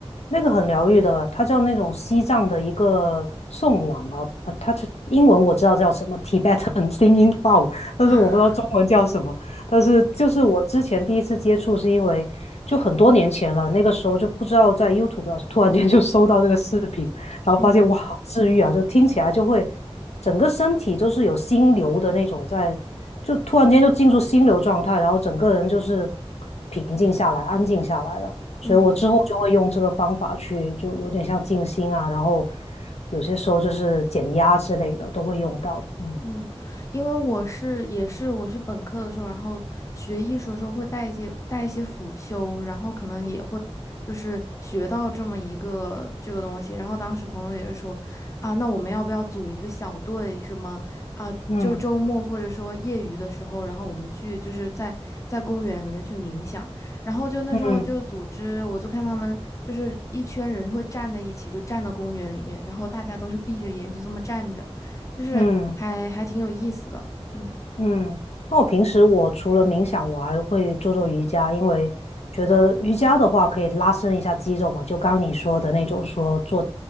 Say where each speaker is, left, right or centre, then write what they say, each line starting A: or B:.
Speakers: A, on the left; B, on the left.
A: 那个很疗愈的，它叫那种西藏的一个颂王吧，呃它是英文我知道叫什么 Tibetan <laughs> Singing Bowl，但是我不知道中文叫什么。
B: <laughs>
A: 但是就是我之前第一次接触是因为就很多年前了，那个时候就不知道在 YouTube 上突然间就搜到这个视频，然后发现哇，
B: 嗯
A: 好治愈啊，就听起来就会整个身体就是有心流的那种在，就突然间就进入心流状态，然后整个人就是平静下来、安静下来了。所以我之后就会用这个方法去，
B: 嗯。
A: 就有点像静心啊，然后有些时候就是减压之类的都会用到。嗯
B: 嗯，因为我是也是我是本科的时候，然后学艺术的时候会带一些带一些辅修，然后可能也会就是学到这么一个这个东西。然后当时朋友也是说，啊，那我们要不要组一个小队什么啊？
A: 嗯
B: 就周末或者说业余的时候，然后我们去就是在在公园里面去冥想。然后就那时候就组织，
A: 嗯
B: 我就看他们就是一圈人会站在一起，就站到公园里面，然后大家都是闭着眼就这么站着。就是还还挺有意思的。
A: 嗯，
B: 嗯
A: 嗯，那我平时我除了冥想，我还会做做瑜伽，因为觉得瑜伽的话可以拉伸一下肌肉嘛，就刚你说的那种说坐